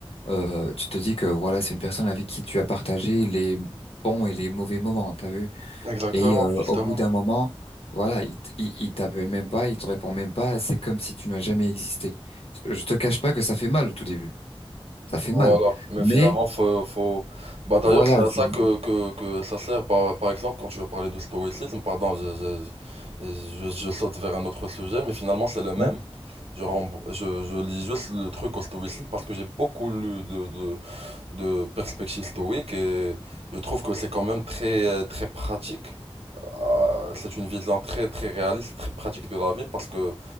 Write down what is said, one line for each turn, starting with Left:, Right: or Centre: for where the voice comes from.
Left: Euh, tu te dis que voilà, c'est une personne avec qui tu as partagé les bons et les mauvais moments, t'as vu?
Right: Exactement,
Left: Et euh,
Right: justement.
Left: au bout d'un moment, voilà, il, t- il, il t'appelle même pas, il te répond même pas, c'est comme si tu n'as jamais existé. Je te cache pas que ça fait mal au tout début. Ça fait
Right: Voilà,
Left: mal.
Right: mais
Left: Mais
Right: finalement, faut, faut... Bah d'ailleurs,
Left: voilà,
Right: c'est à ça
Left: je-
Right: que, que, que ça sert, par, par exemple, quand tu veux parler de stoïcisme, pardon, je, je, je, je- je saute vers un autre sujet, mais finalement, c'est le même.
Left: ouais,
Right: Je, rem- je, je lis juste le truc au stoïcisme parce que j'ai beaucoup lu de, de, de perspectives stoïques et je trouve que c'est quand même très, euh, très pratique euh, c'est une vision très très réaliste, très pratique de la vie parce que